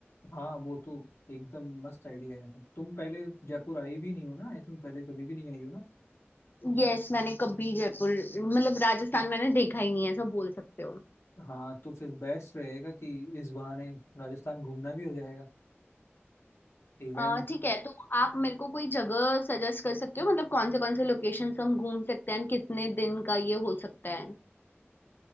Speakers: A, on the left; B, on the left.
A: हाँ वो तो एकदम मस्त आइडिया है तुम पहले जयपुर आई भी नहीं हो ना आई थिंक पहले कभी भी नहीं आई हो ना
B: यस मैंने कभी जयपुर मतलब राजस्थान मैंने देखा ही नहीं है ऐसा बोल सकते हो
A: हाँ तो फिर बेस्ट रहेगा कि इस बहाने राजस्थान घूमना भी हो जाएगा इवेंट
B: अ, ठीक है तो आप मेरे को कोई जगह सजेस्ट कर सकते हो मतलब कौन से कौन से लोकेशंस हम घूम सकते हैं and कितने दिन का ये हो सकता है